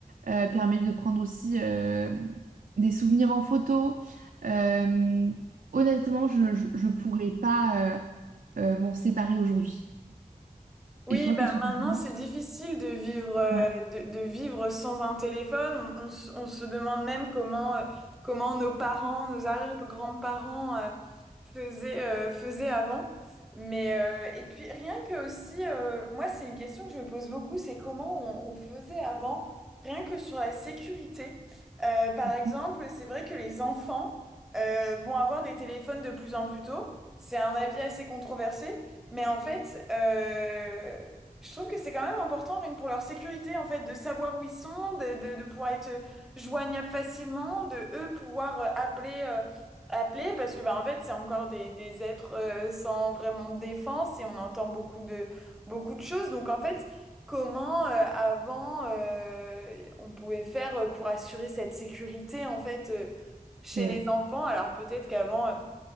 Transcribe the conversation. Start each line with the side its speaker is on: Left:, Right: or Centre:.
Right: euh, permet de prendre aussi euh, des souvenirs en photo. Euh, honnêtement, je, je je pourrais pas euh, euh, m'en séparer aujourd'hui.
Centre: Oui,
Right: Et toi,
Centre: bah
Right: qu'est-ce que tu
Centre: maintenant
Right: en penses?
Centre: c'est difficile de vivre euh,
Right: Ouais.
Centre: de, de vivre sans un téléphone. On, on se on se demande même comment euh, comment nos parents, nos arrière-grands-parents euh, faisaient euh, faisaient avant. Mais euh, et puis rien que aussi, euh, moi c'est une question que je me pose beaucoup, c'est comment on, on faisait avant, rien que sur la sécurité. Euh, par
Right: Mm.
Centre: exemple, c'est vrai que les enfants euh, vont avoir des téléphones de plus en plus tôt. C'est un avis assez controversé. Mais en fait, euh, je trouve que c'est quand même important, rien que pour leur sécurité, en fait, de savoir où ils sont, de, de, de pouvoir être joignables facilement, de eux pouvoir euh, appeler, euh, appeler, parce que bah en fait, c'est encore des, des êtres euh, sans vraiment de défense et on entend beaucoup de beaucoup de choses. Donc en fait, comment euh, avant euh, on pouvait faire euh, pour assurer cette sécurité en fait euh, chez
Right: C'est vrai.
Centre: les enfants? Alors peut-être qu'avant euh,